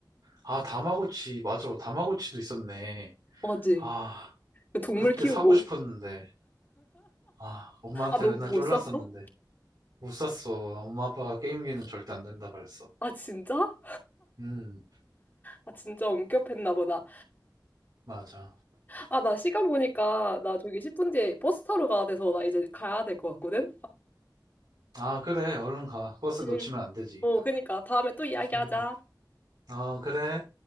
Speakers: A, on the right; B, on the left.
A: 아, 다마고치. 맞아. 다마고치도 있었네.
B: 맞지?
A: 아,
B: 그 동물
A: 그때
B: 키우고.
A: 사고 싶었는데. 아, 엄마한테
B: 아, 너
A: 맨날
B: 못
A: 쫄랐었는데.
B: 샀어?
A: 못 샀어. 엄마 아빠가 게임기는 절대 안 된다 그랬어.
B: 아, 진짜?
A: 음,
B: 아, 진짜 엄격했나 보다.
A: 맞아.
B: 아, 나 시간 보니까 나 저기 10분 뒤에 버스 타러 가야 돼서 나 이제 가야 될 것 같거든?
A: 아, 그래. 얼른 가. 버스
B: 응.
A: 놓치면 안 되지.
B: 어, 그니까. 다음에 또 이야기하자.
A: 음, 음. 어, 그래.